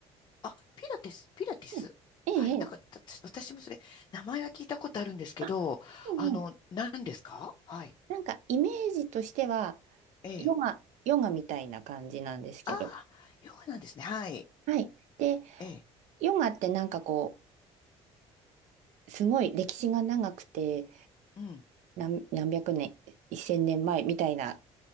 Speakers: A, on the left; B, on the right.
A: あ、ピラティス、ピラティスはい。
B: ええ、ええ、
A: なんか、た私もそれ、名前は聞いたことあるんですけど、
B: あ、うんうん、
A: あの、何ですかはい。
B: なんかイメージとしては、
A: ええ。
B: ヨガ、ヨガみたいな感じなんですけど、
A: ああ、ヨガなんですね。はい。
B: はい。で、
A: ええ。
B: ヨガってなんかこう、すごい歴史が長くて、
A: うん、
B: 何、何百年、一千年前みたいな